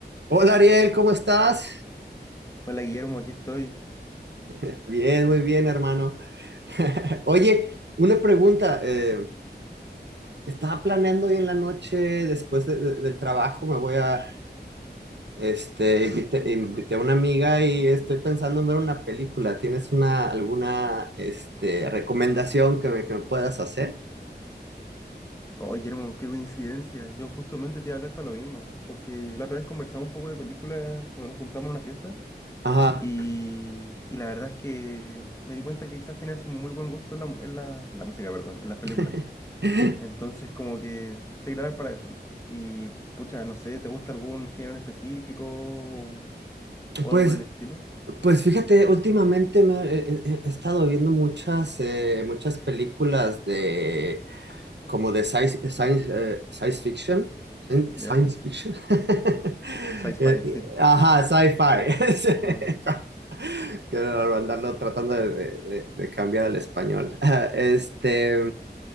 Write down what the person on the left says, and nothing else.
Hola Guillermo, aquí estoy.
Oh Guillermo, qué coincidencia. Yo justamente te iba a hablar para lo mismo, porque la otra vez conversamos un poco de películas cuando nos juntamos en una fiesta
y, y la verdad es que me di cuenta que quizás tenías un muy buen gusto en la, en la, en la música, perdón, en las películas.
Entonces como que te iba a hablar para eso. Y pucha, no sé, ¿te gusta algún género en específico o, o
algo por el estilo?
¿Ya?
El sci-fi, <laughs> sí.
Eh,